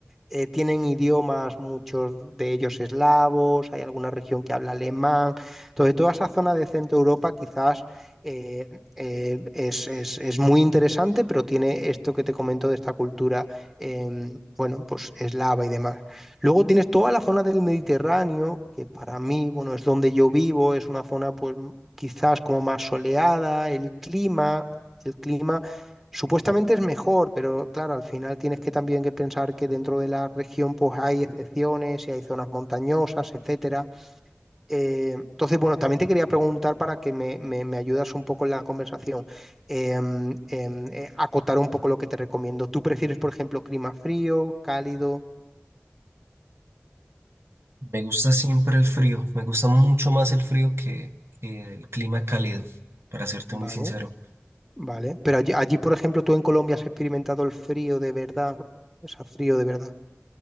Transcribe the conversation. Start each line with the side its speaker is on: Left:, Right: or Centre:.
Centre: eh, tienen idiomas, muchos de ellos eslavos, hay alguna región que habla alemán. Entonces, toda esa zona de Centro Europa quizás eh, eh, es, es- es muy interesante, pero tiene esto que te comento de esta cultura, em, bueno, pues eslava y demás. Luego tienes toda la zona del Mediterráneo, que para mí, bueno, es donde yo vivo, es una zona pues m- quizás como más soleada, el clima, el clima Supuestamente es mejor, pero claro, al final tienes que también que pensar que dentro de la región pues hay excepciones y hay zonas montañosas, etcétera. Eh, entonces, bueno, también te quería preguntar para que me, me, me ayudas un poco en la conversación, eh, em, eh, acotar un poco lo que te recomiendo. ¿Tú prefieres, por ejemplo, clima frío, cálido?
Right: Me gusta siempre el frío, me gusta mucho más el frío que, que el clima cálido, para serte
Centre: Vale,
Right: muy sincero.
Centre: vale. Pero allí, allí, por ejemplo, tú en Colombia has experimentado el frío de verdad, o sea, frío de verdad.